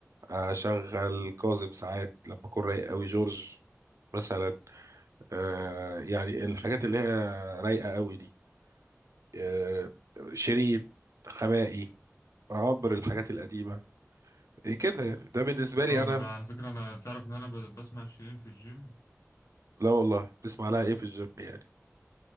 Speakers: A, on the right; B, on the left.
A: اشغل كاظم ساعات لما اكون رايق قوي جورج مثلا آه يعني الحاجات
B: مم.
A: اللي هي رايقه قوي دي آه شيرين خمائي عمرو الحاجات القديمه كده يعني ده بالنسبه لي
B: اه
A: انا
B: انا بقى على فكره انا تعرف ان انا ب- بسمع شيرين في الجيم
A: لا والله بتسمع لها ايه في الجيم يعني